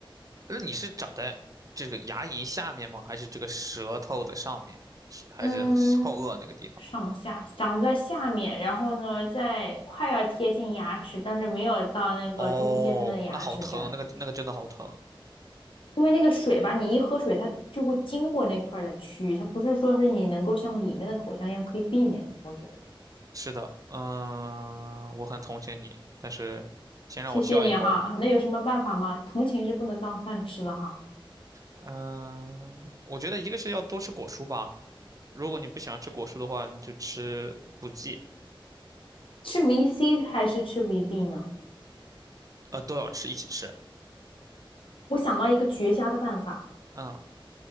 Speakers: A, on the right; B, on the left.
A: 那你是长在这个牙龈下面吗？还是这个舌头的上面？是还是后颚那个地方？
B: 嗯，上下长在下面，然后呢，在快要贴近牙齿，但是没有到那个中间的牙齿这儿，
A: 哦，那好疼，那个那个真的好疼。
B: 因为那个水吧，你一喝水，它就会经过那块儿的区域，它不是说是你能够像里面的口腔一样可以避免的我觉得，
A: 是的，嗯，我很同情你，但是先让我笑一会儿。
B: 谢谢你哈，那有什么办法吗？同情是不能当饭吃的哈，
A: 嗯，我觉得一个是要多吃果蔬吧。如果你不喜欢吃果蔬的话，你就吃补剂，
B: 吃维 c 还是吃维 b 呢？
A: 呃，都要吃，一起吃。
B: 我想到一个绝佳的办法。
A: 嗯，